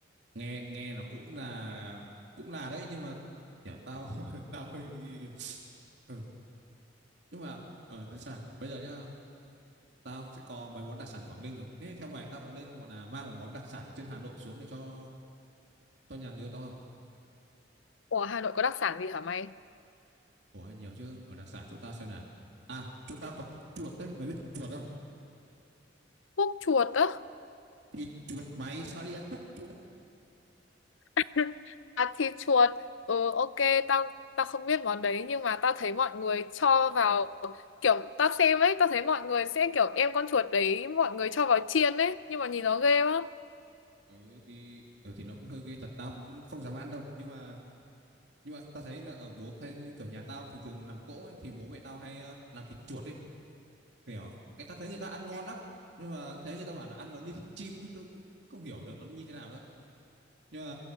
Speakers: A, on the right; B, on the left.
A: nghe nghe nó cũng là cũng là đấy nhưng mà kiểu tao <laughs> tao hơi <laughs> ừ. nhưng mà ờ thế sao nào bây giờ nhá tao sẽ có mấy món đặc sản Quảng Ninh rồi thế theo mày tao có lên gọi là mang một món đặc sản ở trên Hà Nội xuống để cho cho nhà người yêu tao không
B: Ủa Hà Nội có đặc sản gì hả mày
A: Ủa nhiều chứ ở đặc sản chỗ tao xem nào à chỗ tao có thịt chuột đấy mày biết thịt chuột không
B: thuốc chuột á
A: thịt chuột mày sao đi ăn thuốc chuột
B: <laughs> à thịt chuột ừ ok tao tao không biết món đấy nhưng mà tao thấy mọi người cho vào kiểu tao xem ấy tao thấy mọi người sẽ kiểu đem con chuột đấy mọi người cho vào chiên ấy nhưng mà nhìn nó ghê quá
A: ừ thì ừ, thì nó cũng hơi ghê thật tao cũng không dám ăn đâu nhưng mà nhưng mà tao thấy là ở bố thấy kiểu nhà tao thì thường làm cỗ ấy, thì bố mẹ tao hay ờ, làm thịt chuột ấy kiểu cái tao thấy người ta ăn ngon lắm nhưng mà thấy người ta bảo là ăn nó như thịt chim ấy tôi cũng không hiểu được nó như thế nào nữa nhưng mà